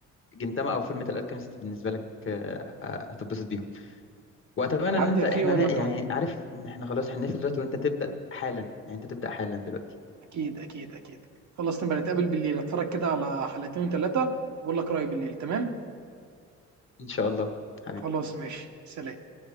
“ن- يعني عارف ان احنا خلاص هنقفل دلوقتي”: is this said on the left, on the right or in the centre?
Left